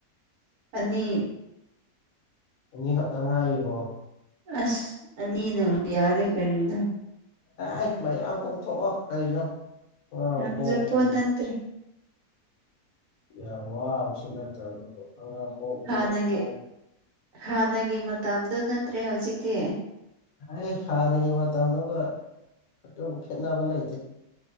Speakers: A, on the right; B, on the left.
A: ꯑꯅꯤ
B: ꯑꯅꯤ ꯈꯛꯇꯪ ꯉꯥꯏꯔꯤꯕꯣ
A: ꯑꯁ ꯑꯅꯤꯅ ꯌꯥꯔꯦ ꯀꯔꯤꯅꯣ
B: ꯑꯦ ꯃꯌꯥꯝ ꯄꯣꯛꯊꯣꯛꯑꯣ ꯀꯩꯅꯣ ꯑꯉꯥꯡ
A: ꯉꯝꯖꯄꯣꯠ
B: ꯄꯣꯛ ꯄꯕꯨ
A: ꯅꯠꯇ꯭ꯔꯦ
B: ꯌꯥꯝ ꯋꯥꯕꯁꯨ ꯅꯠꯇꯕꯗꯨꯕꯨ ꯑꯉꯥꯡ ꯄꯣꯛꯄꯗꯤ
A: ꯍꯥꯟꯅꯒꯤ
B: ꯌꯥꯝ ꯂꯥꯏ
A: ꯍꯥꯟꯅꯒꯤ ꯃꯇꯝꯗꯨ ꯅꯠꯇ꯭ꯔꯦ ꯍꯧꯖꯤꯛꯇꯤ
B: ꯑꯩ ꯍꯥꯟꯅꯒꯤ ꯃꯇꯝꯗꯨꯒ ꯑꯗꯨꯝ ꯈꯦꯠꯅꯕ ꯂꯩꯇꯦ